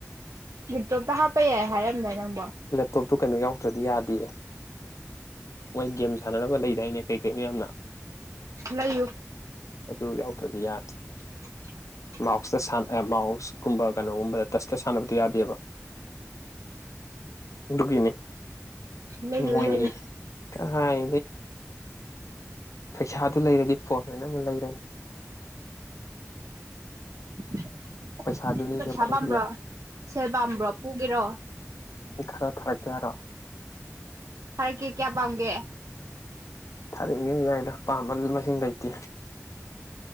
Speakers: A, on the right; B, on the left.
A: ꯇꯣꯇ ꯍꯥꯞꯄꯩ ꯌꯥ ꯍꯥꯏꯔꯝꯗꯔ
B: ꯂꯦꯞꯇꯣꯞꯇꯣ ꯀꯩꯅꯣ ꯌꯥꯎ ꯆꯠꯇ꯭ꯔꯗꯤ ꯌꯥꯗꯦ ꯃꯣꯏ ꯒꯦꯝ ꯁꯥꯟꯅꯅꯕ ꯂꯩꯗꯥꯏꯅꯦ ꯀꯩ ꯀꯩ ꯃꯌꯥꯝꯅ
A: ꯂꯩꯌꯨ
B: ꯑꯗꯨ ꯌꯥꯎꯗ꯭ꯔꯗꯤ ꯌꯥꯗꯦ
A: <inaudible>
B: ꯃꯥꯎꯁꯇ ꯃꯥꯎꯁꯀꯨꯝꯕ ꯀꯩꯅꯣꯒꯨꯝꯕꯗ ꯇꯁꯇ ꯁꯥꯟꯅꯕꯗꯨꯣ ꯌꯥꯗꯦꯕ ꯑꯗꯨꯒꯤꯅꯦ
A: ꯂꯩꯌꯨ
B: ꯏ ꯃꯣꯏꯅꯤꯒꯤ
A: ꯂꯩꯌꯨ
B: ꯀꯥꯏ ꯄꯩꯁꯥꯗꯨ ꯂꯩꯔꯗꯤ ꯄꯣꯠ ꯂꯣꯏꯅꯃꯛ ꯂꯩꯔꯅꯤ
A: <inaudible>
B: ꯄꯩꯁꯥꯗꯨꯅꯤꯅꯦ
A: ꯄꯩꯁꯥ
B: ꯃꯔꯨꯞꯒꯤ
A: ꯄꯥꯝꯕ꯭ꯔꯣ ꯁꯦꯜ ꯄꯥꯝꯕ꯭ꯔꯣ ꯄꯨꯒꯦꯔꯣ
B: ꯑꯦꯈꯔꯥ ꯊꯔꯒꯔꯣ
A: ꯐꯔꯛꯀꯦ ꯀꯌꯥ ꯄꯥꯝꯒꯦ
B: ꯊꯥꯔꯤꯉꯤꯉꯩꯗ ꯄꯥꯝꯕ ꯃꯁꯤꯡ ꯂꯩꯇꯦ